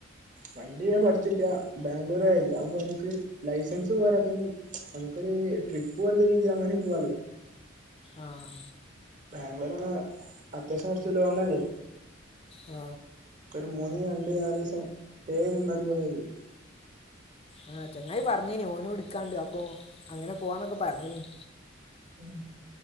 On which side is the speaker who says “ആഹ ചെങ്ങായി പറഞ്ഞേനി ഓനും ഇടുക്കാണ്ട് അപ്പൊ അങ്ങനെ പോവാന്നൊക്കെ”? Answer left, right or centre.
Left